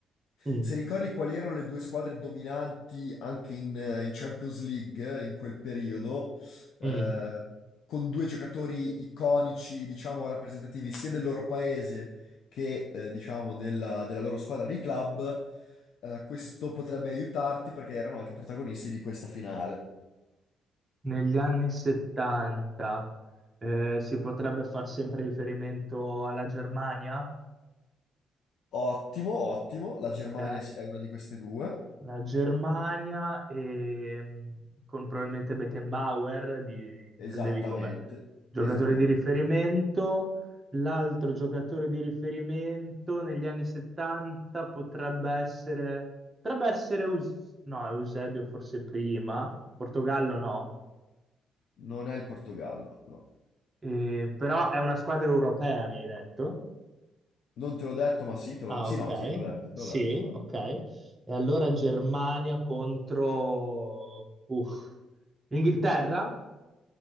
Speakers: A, on the right; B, on the left.
A: Mm,
B: Se ricordi quali erano le due squadre dominanti anche in, eh, in Champions League eh, in quel periodo, eh,
A: mm.
B: con due giocatori iconici, diciamo, rappresentativi sia del loro paese che, eh, diciamo, della, della loro squadra di club, eh, questo potrebbe aiutarti perché erano anche protagonisti di questa finale.
A: Negli anni 70 eh, si potrebbe far sempre riferimento alla Germania?
B: Ottimo, ottimo, la
A: Ok.
B: Germania è una di queste due,
A: La Germania e, mh, con probabilmente Beckenbauer, di-
B: esattamente,
A: intendevi come giocatore
B: esattamente.
A: di riferimento. L'altro giocatore di riferimento negli anni 70 potrebbe essere, potrebbe essere Eus- no, Eusebio forse prima, Portogallo no,
B: Non è il Portogallo, no.
A: Eh, però è una squadra europea, mi hai detto.
B: Non te l'ho detto, ma sì, te l'ho...
A: Ah,
B: Sì,
A: ok,
B: no, sì, te l'ho detto, te
A: sì,
B: l'ho detto, te l'ho detto.
A: ok. E allora Germania contro uff, Inghilterra?